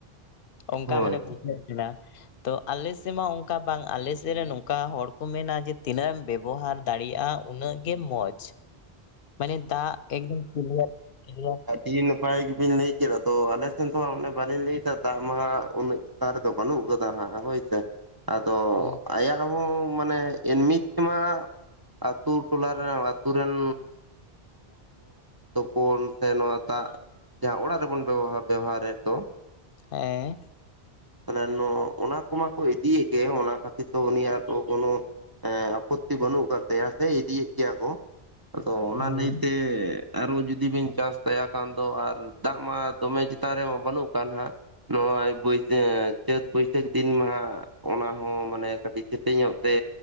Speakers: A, on the left; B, on the right.
A: ᱚᱱᱠᱟ
B: ᱦᱳᱭ
A: ᱢᱟᱱᱮ ᱵᱩᱡ ᱱᱚᱜ ᱦᱮᱱᱟᱜᱼᱟ ᱾ ᱛᱚ ᱟᱞᱮ ᱥᱮᱢᱟ ᱚᱱᱠᱟ ᱵᱟᱝ ᱟᱞᱮ ᱥᱮ ᱨᱮ ᱱᱚᱝᱠᱟ ᱦᱚᱲ ᱠᱚ ᱢᱮᱱᱟ ᱡᱮ ᱛᱤᱱᱟᱹᱜ ᱮᱢ ᱵᱮᱵᱚᱦᱟᱨ ᱫᱟᱲᱮᱭᱟᱜᱼᱟ ᱩᱱᱟᱹᱜ ᱜᱮ ᱢᱚᱡᱽ, ᱢᱟᱱᱮ ᱫᱟᱜ ᱮᱠᱫᱚᱢ <inaudible>
B: ᱤᱭᱟᱹ ᱱᱟᱯᱟᱭ ᱜᱮᱵᱮᱱ ᱞᱟᱹᱭ ᱠᱮᱫᱟ ᱛᱚ ᱟᱞᱮ ᱥᱮᱱ ᱛᱚ ᱦᱟᱸᱜ ᱚᱱᱟ ᱵᱟᱞᱤᱧ ᱞᱟᱹᱭ ᱠᱟᱜ ᱛᱟ ᱢᱟᱦᱟ ᱩᱱᱟᱹᱜ ᱛᱟᱨ ᱫᱚ ᱵᱟᱹᱱᱩᱜ ᱟᱠᱟᱫᱟ ᱦᱟᱸᱜ ᱦᱳᱭ ᱥᱮ ᱟᱫᱚ
A: ᱢᱚᱡᱽ᱾
B: ᱟᱭᱟᱜ ᱟᱵᱚ ᱢᱟᱱᱮ ᱮᱱᱢᱤ ᱛᱮᱢᱟ ᱟᱛᱳ ᱴᱚᱞᱟ ᱨᱮᱱ ᱟᱛᱳ ᱨᱮᱱ
A: ᱼᱼ
B: ᱛᱩᱯᱩᱱ ᱛᱮ ᱱᱚᱣᱟ ᱫᱟᱜ ᱡᱟᱦᱟᱸ ᱚᱲᱟᱜ ᱨᱮᱵᱚᱱ ᱵᱮᱣ ᱵᱮᱣᱦᱟᱨᱮᱫ ᱫᱚ
A: ᱦᱮᱸᱻ
B: <inaudible> ᱚᱱᱟ ᱠᱚᱢᱟᱠᱚ ᱤᱫᱤᱭᱮ ᱜᱮ ᱚᱱᱟ ᱠᱷᱟᱹᱛᱤᱨ ᱛᱮ ᱩᱱᱤᱭᱟᱜᱚ ᱠᱳᱱᱳ ᱮᱸ ᱟᱯᱚᱛᱛᱤ ᱵᱟᱹᱱᱩᱜ ᱟᱠᱟᱫ ᱛᱟᱭᱟ ᱥᱮ ᱤᱫᱤᱭᱮᱫ ᱜᱮᱭᱟ ᱠᱚ ᱟᱫᱚ ᱚᱱᱟ
A: ᱦᱮᱸ
B: ᱞᱟᱹᱭᱛᱮ ᱟᱨᱚ ᱡᱩᱫᱤ ᱵᱤᱱ ᱪᱟᱥ ᱛᱟᱭᱟ ᱠᱷᱟᱱ ᱫᱚ ᱟᱨ ᱫᱟᱜ ᱢᱟ ᱫᱚᱢᱮ ᱪᱮᱛᱟᱱ ᱨᱮᱢᱟ ᱵᱟᱹᱱᱩᱜ ᱠᱟᱜ ᱦᱟᱸᱜ ᱱᱚᱜᱼᱚᱭ ᱵᱟᱹᱭᱥᱟᱹᱠᱷ ᱪᱟᱹᱛ ᱵᱟᱹᱭᱥᱟᱹᱠᱷ ᱫᱤᱱ ᱢᱟᱦᱟᱜ ᱚᱱᱟ ᱦᱚᱸ ᱢᱟᱱᱮ ᱠᱟᱹᱴᱤᱡ ᱥᱮᱛᱮ ᱧᱚᱜ ᱛᱮ